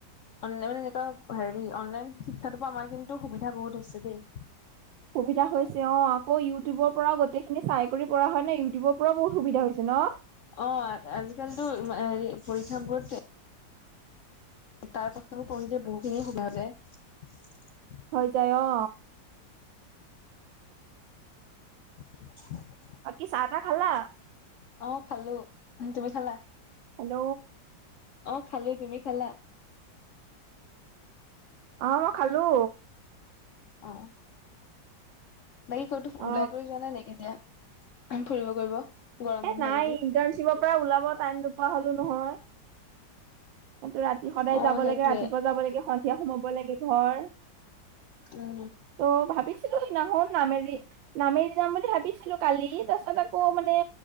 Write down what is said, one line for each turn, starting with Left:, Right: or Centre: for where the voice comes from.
Left: অনলাইন মানে এনেকুৱা হেৰি অনলাইন শিক্ষাৰ পৰা আমাৰ কিন্তু সুবিধা বহুত হৈছে দেই।
Right: সুবিধা হৈছে অ', আকৌ ইউটিউবৰ পৰাও গোটেইখিনি চাই কৰি পৰা হয় নে ইউটিউবৰ পৰাও বহুত সুবিধা হৈছে ন।
Left: অ' আজিকালিতো পৰীক্ষা বোৰত তাৰ পৰাতো পঢ়িলে যে বহুখিনি সময় যায়।
Right: হৈ যায় অ'।
Left: <inaudible>
Right: বাকি চাহ তাহ খালা?
Left: অ, খালো তুমি খালা?
Right: হেল্ল'।
Left: অ, খালো তুমি খালা?
Right: অ' মই খালো।
Left: অঁ। বাকী কতো
Right: অ'।
Left: ওলাই কৰি যোৱা নাই নেকি এতিয়া ফুৰিব কৰিব। গৰম
Right: এ
Left: বন্ধ
Right: নাই
Left: বুলি
Right: ইন্টাৰ্ণশ্বিপৰ পৰা ওলাব টাইম নোপোৱা হলো নহয়। এটো ৰাতি সদায়
Left: অ
Right: যাব
Left: সেইটোৱে
Right: লাগে ৰাতিপুৱা যাব লাগে সন্ধিয়া সোমাব লাগে ঘৰ।
Left: উম
Right: ত' ভাবিছিলো সেইদিনাখন নামেৰি নামেৰি যাম বুলি ভাবিছিলো কালি তাৰ পিছত আকৌ মানে